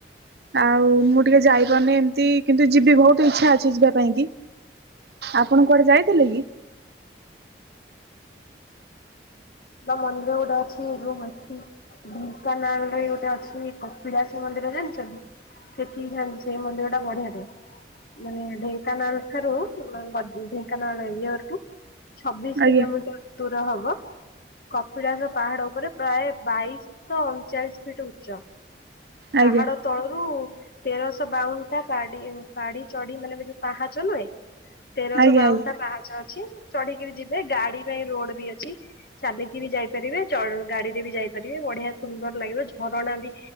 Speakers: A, on the right (about 65°); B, on the left (about 55°).
A: ଆଉ ମୁଁ ଟିକେ ଯାଇପାରୁନି ଏମିତି କିନ୍ତୁ ଯିବି ବହୁତ ଇଚ୍ଛା ଅଛି ଯିବା ପାଇଁ କି। ଆପଣ କୁଆଡ଼େ ଯାଇଥିଲେ କି?
B: ମନ୍ଦିର ଉଡେ ଅଛି ରୁ ଢେଙ୍କାନାଳରେ ଗୋଟେ ଅଛି କପିଳାସ ମନ୍ଦିର ଜାଣିଛନ୍ତି। ସେଠିକି <unintelligible> ମନ୍ଦିରଟା ବଢ଼ିଆ ଟେ। ମାନେ ଢେଙ୍କାନାଳଠାରୁ ଢେଙ୍କାନାଳ ଇଏଠୁ ଛବିଶି
A: ଆଜ୍ଞା
B: କିଲୋମିଟର ଦୂର ହବ। କପିଳାସ ପାହାଡ଼ ଉପରେ ପ୍ରାୟ ବାଇଶିଶହ ଅଣଚାଳିଶି ଫିଟ୍ ଉଚ୍ଚ।
A: ଆଜ୍ଞା
B: ପାହାଡ଼ ତଳରୁ ତେରଶହ ବାଉନୁଟା ପାଢୀ ପାଢ଼ୀ ଚଢିଗଲେ ଯୋଉ ପାହାଚ ନୁହେଁ ତେରଶହବାଉନୁଟା
A: ଆଜ୍ଞା ଆଜ୍ଞା
B: ପାହାଚ ଅଛି। ଚଢି଼କିରି ଯିବେ ଗାଡ଼ି ପାଇଁ ରୋଡ଼ ବି ଅଛି। ଚାଲିକି ବି ଯାଇପାରିବେ ଗାଡ଼ିରେ ବି ଯାଇପାରିବେ ବଢ଼ିଆ ସୁନ୍ଦର ଲାଗିବ ଝରଣା ବି